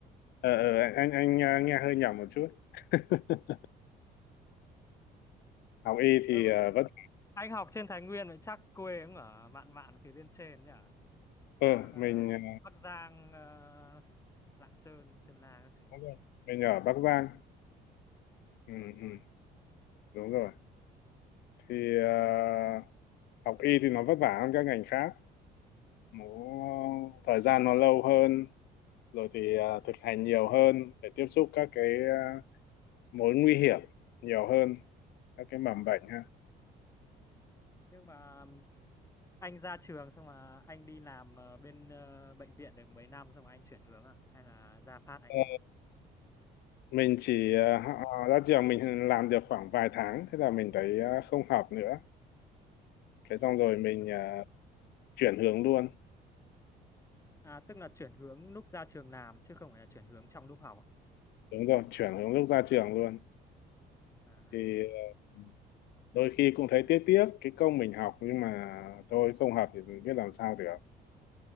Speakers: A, on the left (about 75°); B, on the left (about 15°).
A: ờ ờ, anh anh ờ, nghe hơi nhỏ một chút <laughs> học y
B: Ơ
A: thì
B: vậy
A: ờ, vẫn
B: anh học trên Thái Nguyên vậy chắc quê cũng ở mạn mạn phía bên trên nhỉ
A: ờ
B: chắc ờ,
A: mình ờ,
B: Bắc Giang ờ, Lạng Sơn Sơn La các thứ
A: đúng rồi. mình ở Bắc Giang ừ
B: chuẩn luôn
A: ừ đúng rồi thì ờ, học y thì nó vất vả hơn các ngành khác nó thời gian nó lâu hơn rồi thì ờ, thực hành nhiều hơn để tiếp xúc các cái ờ, mối nguy hiểm nhiều hơn các cái mầm bệnh ha
B: nhưng mà anh ra trường xong mà anh đi làm ờ, bên ờ, bệnh viện được mấy năm xong mà anh chuyển hướng à hay là ra phát anh
A: Ờ, mình chỉ
B: anh
A: ờ, họ- ờ, ra trường mình làm được khoảng vài tháng thế là mình thấy ờ, không hợp nữa thế xong rồi mình
B: chuyển-
A: à, chuyển hướng luôn
B: À, tức là chuyển hướng lúc ra trường làm chứ không phải là chuyển hướng trong lúc học. À,
A: đúng rồi chuyển hướng lúc ra trường luôn
B: À,
A: thì ờ, đôi khi cũng thấy tiếc tiếc cái công mình học nhưng mà thôi không hợp thì mình biết làm sao được